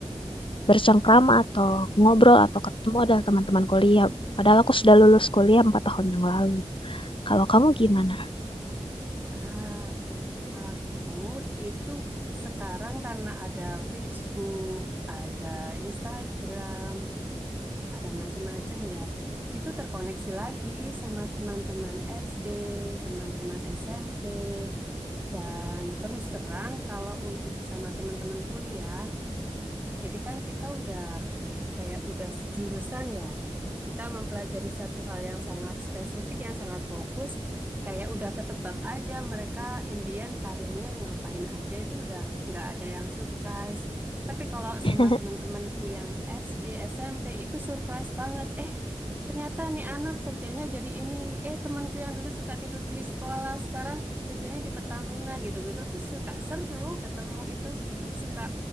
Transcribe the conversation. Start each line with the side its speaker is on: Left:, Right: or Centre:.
Left: bercengkrama atau ngobrol atau ketemu ada teman-teman kuliah. Padahal aku sudah lulus kuliah empat tahun yang lalu. Kalau kamu gimana?
Right: Ah, Aku itu sekarang karena ada Facebook, ada Instagram, ada macam-macam ya. Itu terkoneksi lagi sama teman-teman SD, teman-teman SMP, dan terus terang kalau untuk sama teman-teman kuliah, jadi kan kita udah kayak udah sejurusan ya, kita mempelajari satu hal yang sangat spesifik, yang sangat fokus, kayak udah ketebak aja mereka Indian karirnya ngapain aja itu udah nggak ada yang surprise. Tapi kalau
Left: <laughs>
Right: sama teman-temanku yang SD, SMP itu surprise banget. Eh, ternyata nih anak kerjanya jadi ini. Eh, temanku yang dulu suka tidur di sekolah, sekarang kerjanya di Pertamina gitu-gitu tuh suka seru ketemu itu, suka